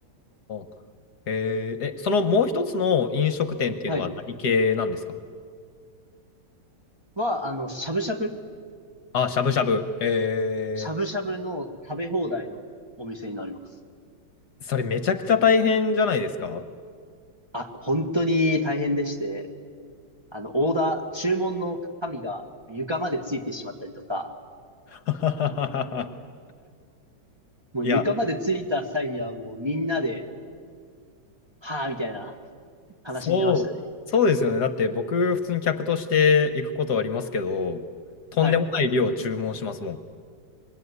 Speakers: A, on the left; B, on the right.
A: あ、えー、え、そのもう一つの飲食店っていうのは何系なんですか
B: はい。は、あの、しゃぶしゃぶ、
A: あ、しゃぶしゃぶ。え
B: しゃぶしゃぶの食べ放題のお店になります。
A: ー、それめちゃくちゃ大変じゃないですか
B: あ、本当に大変でして、あの、オーダー、注文の紙が床までついてしまったりとか、
A: <laughs>
B: もう床までついた際にはもうみんなで、
A: いや、
B: はぁ、みたいな、
A: そう、
B: 悲しんでましたね。
A: そうですよね。だって僕、普通に客として行くことはありますけど、とんでもない量を注文しますもん。
B: はい。